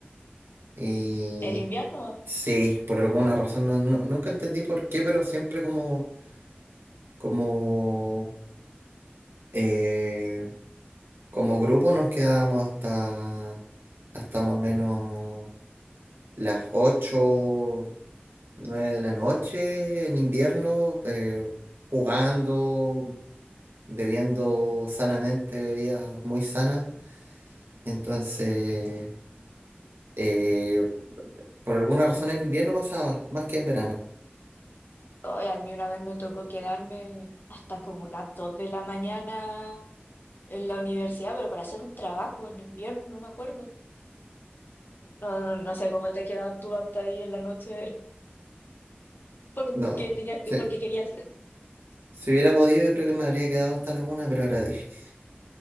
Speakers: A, on the right; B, on the left.
A: Y
B: En invierno,
A: sí, por alguna razón, no- no- nunca entendí por qué, pero siempre como, como, eh, como grupo nos quedábamos hasta, hasta más o menos las ocho 9 de la noche en invierno, eh, jugando. bebiendo sanamente, bebidas muy sanas. Entonces, eh, por alguna razón en invierno pasaba, más que en verano.
B: hoy a mí una vez me tocó quedarme hasta como las dos de la mañana en la universidad, pero para hacer un trabajo en invierno, no me acuerdo. No, no, no sé cómo te quedas tú hasta ahí en la noche, <laughs> porque
A: No,
B: tenías que,
A: si,
B: porque querías.
A: si hubiera podido, yo creo que me habría quedado hasta la una, pero era difícil.